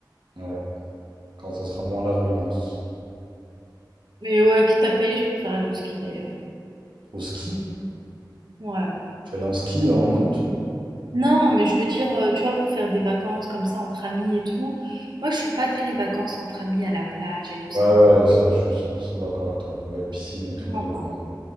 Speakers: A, on the right (about 85°); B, on the right (about 65°).
A: Ouais, quand ça sera moins la ruinance.
B: Mais ouais, quitte à payer, je préfère aller au ski d'ailleurs.
A: Au ski?
B: Ouais.
A: Tu allais en ski en août?
B: Non, mais je veux dire, euh, tu vois, pour faire des vacances comme ça entre amis et tout. Moi, je suis pas très vacances entre amis à la plage et tout, c'est
A: Ouais,
B: pas
A: ouais,
B: mon délire.
A: ça, je suis 100% d'accord avec toi. Ouais, piscine et tout,
B: Vraiment pas.
A: euh, ouais.